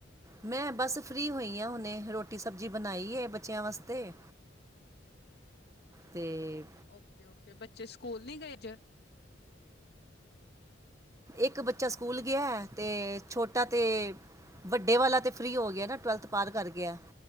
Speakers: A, on the right; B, on the left.
A: ਮੈਂ ਬਸ ਫ੍ਰੀ ਹੋਈ ਹਾਂ ਹੁਣੇ, ਰੋਟੀ ਸਬਜ਼ੀ ਬਣਾਈ ਹੈ ਬੱਚਿਆਂ ਵਾਸਤੇ ਤੇ
B: ਓਕੇ- ਓਕੇ, ਬੱਚੇ ਸਕੂਲ ਨੀ ਗਏ ਅੱਜ
A: ਇੱਕ ਬੱਚਾ ਸਕੂਲ ਗਿਆ, ਤੇ ਛੋਟਾ ਤੇ, ਵੱਡੇ ਵਾਲਾ ਤੇ ਫਰੀ ਹੋ ਗਿਆ ਨਾ, ਟਵੈਲਥ ਪਾਰ ਕਰ ਗਿਆ।